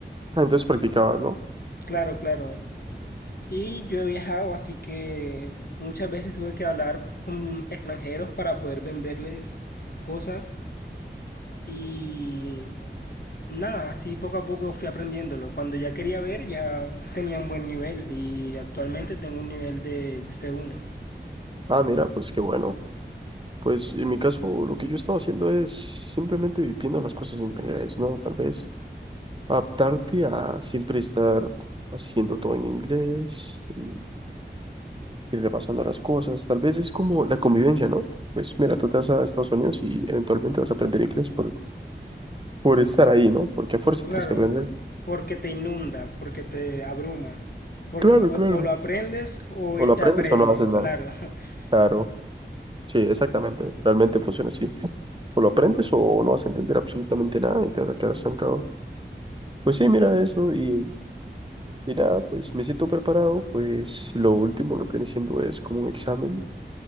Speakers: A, on the right (about 25°); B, on the left (about 55°).
A: ah, entonces practicaba, ¿no?
B: Claro, claro. Y yo he viajado, así que muchas veces tuve que hablar con extranjeros para poder venderles cosas. Y Nada, así poco a poco fui aprendiéndolo. Cuando ya quería ver, ya tenía un buen nivel y actualmente tengo un nivel de C1.
A: Ah, mira, pues qué bueno. Pues en mi caso, lo que yo estaba haciendo es simplemente viviendo las cosas en inglés, ¿no? Tal vez adaptarte a siempre estar haciendo todo en inglés y, y repasando las cosas. Tal vez es como la convivencia, ¿no? Pues mira, tú te vas a Estados Unidos y eventualmente vas a aprender inglés por, por estar ahí, ¿no? Porque a fuerza
B: Claro,
A: tienes que aprender.
B: porque te inunda, porque te abruma, porque
A: Claro,
B: o,
A: claro.
B: o lo aprendes o
A: O
B: él
A: lo
B: te
A: aprendes
B: aprende,
A: o no haces nada.
B: claro. <laughs>
A: Claro. Sí, exactamente. Realmente funciona así. O lo aprendes o no vas a entender absolutamente nada y te vas a quedar estancado. Pues sí, mira eso y, y, y nada, pues me siento preparado. Pues lo último, lo que viene siendo es como un examen,